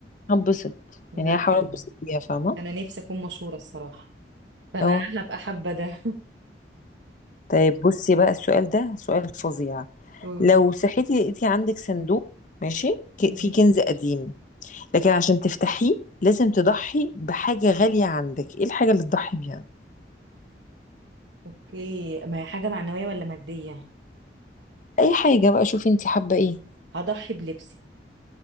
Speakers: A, on the left; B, on the right.
A: هنبسط
B: لا
A: يعني هحاول
B: حلو
A: انبسط بيها فاهمة
B: انا نفسي اكون مشهورة الصراحة فانا
A: اه
B: هبقى حابة ده
A: طيب بصي بقى السؤال ده سؤال فظيع
B: قول.
A: لو صحيتي لقيتي عندك صندوق ماشي ك-
B: ماشي
A: فيه كنز قديم لكن عشان تفتحيه لازم تضحي بحاجة غالية عندك ايه الحاجة اللي تضحي بيها
B: اوكي ما هي حاجة معنوية ولا مادية
A: اي حاجة بقى شوفي انت حابة ايه
B: هضحي بلبسي